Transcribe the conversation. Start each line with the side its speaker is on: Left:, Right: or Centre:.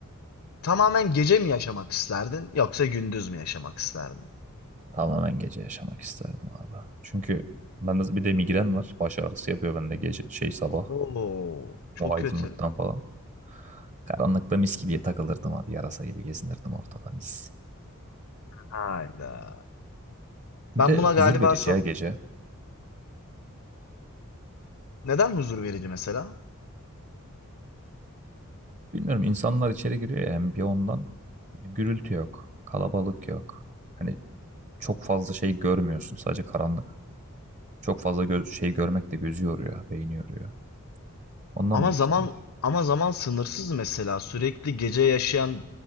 Left: Tamamen gece mi yaşamak isterdin yoksa gündüz mü yaşamak isterdin?
Right: Tamamen gece yaşamak isterdim abi. Çünkü bende bir de migren var. Baş ağrısı yapıyor bende gece şey sabah.
Left: Oo, çok
Right: O aydınlıktan
Left: kötü.
Right: falan. Karanlıkta mis gibi takılırdım abi. Yarasa gibi gezinirdim ortada mis.
Left: Hayda.
Right: Bir
Left: Ben
Right: de
Left: buna
Right: huzur
Left: galiba
Right: verici
Left: sa-
Right: ya gece.
Left: neden huzur verici mesela?
Right: Bilmiyorum insanlar içeri giriyor ya hem bir ondan. Gürültü yok. Kalabalık yok. Hani çok fazla şey görmüyorsun. Sadece karanlık. Çok fazla göz, şey görmek de gözü yoruyor, beyni yoruyor. Ondan
Left: Ama
Right: büyük
Left: zaman
Right: ihtimal.
Left: ama zaman sınırsız mesela sürekli gece yaşayan